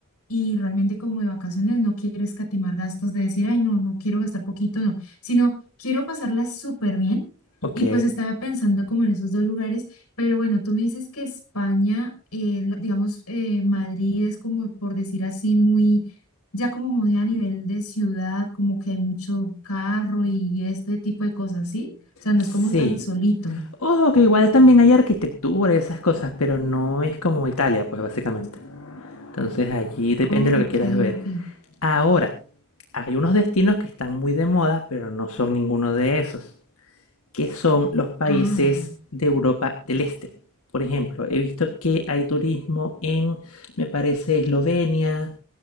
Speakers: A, on the left; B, on the left.
A: Y realmente como de vacaciones no quiero escatimar gastos de decir, ay, no, no quiero gastar poquito, no, sino quiero pasarla súper bien
B: ok,
A: y pues estaba pensando como en esos dos lugares, pero bueno, tú me dices que España, eh, la- digamos, eh, Madrid es como, por decir así, muy, ya como muy a nivel de ciudad, como que hay mucho carro y este tipo de cosas, ¿sí? O sea, no
B: sí.
A: es como tan solito.
B: Ojo, que igual también hay arquitectura y esas cosas, pero no es como Italia, pues básicamente. Entonces allí depende
A: Ok,
B: de lo que quieras ver.
A: ok.
B: Ahora, hay unos destinos que están muy de moda, pero no son ninguno de esos. que son los países
A: Ah, ok.
B: de Europa del Este. Por ejemplo, he visto que hay turismo en, me parece, Eslovenia,